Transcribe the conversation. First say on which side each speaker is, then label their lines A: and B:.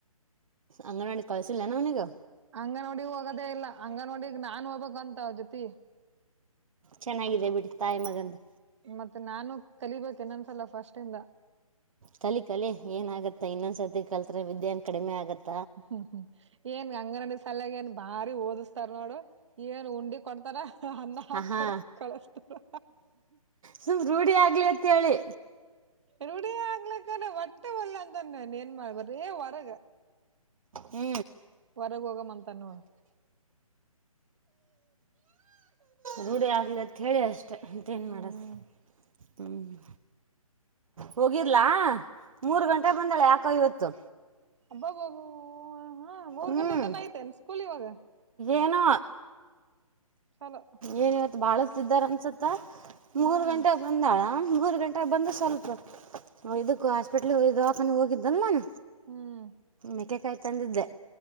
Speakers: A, on the right; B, on the right.
A: ಅಂಗನವಾಡಿ ಕಳಸಿಲ್ಲ ಅನು ಅವನಿಗೆ
B: ಅಂಗನವಾಡಿ ಹೋಗೋದೇ ಇಲ್ಲ ಅಂಗನವಾಡಿಗೆ ನಾನ್ ಹೋಗ್ಬೇಕ ಅಂತ ಅವನ ಜೊತಿ
A: ಚೆನ್ನಾಗಿದೆ ಬಿಟ್ಟ ತಾಯಿ ಮಗಂದು
B: ಮತ್ತೆ ನಾನು ಕಲಿಬೇಕು ಇನ್ನಂದಸಲ ಫಸ್ಟ್ ಇಂದ
A: ಕಲಿ ಕಲಿ ಏನಾಗತ್ತಾ ಇನ್ನೊಂದ್ಸರ್ತಿ ಕಲ್ತ್ ವಿದ್ಯಾನ್ ಕಡಿಮೆ ಆಗತ್ತ
B: ಹ್ಮ್ ಹ್ಮ್ ಏನ್ ಅಂಗನಡಿ ಸಲಯಾಗ ಏನ್ ಬಾರಿ ಓದಿಸ್ತಾರ ನೋಡು ಏನ್ ಉಂಡಿ ಕೊಡ್ತಾರ ಅನ್ನ ಹಾಕ್ತಾರ
A: ಹ ಹಾ
B: ಕಳಸ್ತರ
A: ಸುಮ್ ರೂಢಿ ಆಗ್ಲಿ ಅಂತೇಳಿ
B: ರೂಢಿಆಗ್ಲಿಕ್ಕ ಒಟ್ಟೆ ಒಲ್ಲೆ ಅಂತನಾ ನಾ ಏನ್ ಮಾಡ್ಲಿ ಬರೇ ಹೊರಗ
A: ಹ್ಮ
B: ಹೊರಗ ಹೋಗ್ಮು ಅಂತನಾ ನೋಡು
A: ರೂಢಿ ಆಗ್ಲಿ ಅಂತ ಹೇಳಿ ಅಷ್ಟೆ ಮತ್ತೇನು
B: ಹ್ಮ್
A: ಮಾಡದು ಹ್ಮ ಹೋಗಿರ್ಲಾ ಮೂರ್ ಗಂಟೆ ಬಂದಾಳೆ ಯಾಕೋ ಇವತ್ತು
B: ಅಬೋಬೋ ಬೊ ಹಾ ಮೂರ್
A: ಹ್ಮ್
B: ಗಂಟೆ ತನ ಐತೆೇನ್ ಸ್ಕೂಲ್ ಇವಾಗ
A: ಏನೋ
B: ಚಲೋ
A: ಏನ ಇವತ್ತು ಬಾಳತ್ತ ಇದ್ದಾರಾ ಅನ್ಸತ್ತ ಮೂರ್
B: ಹ್ಮ್
A: ಗಂಟೆಗೆ ಬಂದಾಳ ಅವಂ ಮೂರು ಗಂಟೆಗೆ ಬಂದು ಸ್ವಲ್ಪ ಇದಕ್ಕ ಹಾಸ್ಪೆಟ್ಲಿಗೆ ದಾವಾಖಾನಿಗೆ ಹೋಗಿದ್ದಲ್ಲ ನಾನು
B: ಹ್ಮ್
A: ಮೆಕೆಕಾಯಿ ತಂದಿದ್ದೆ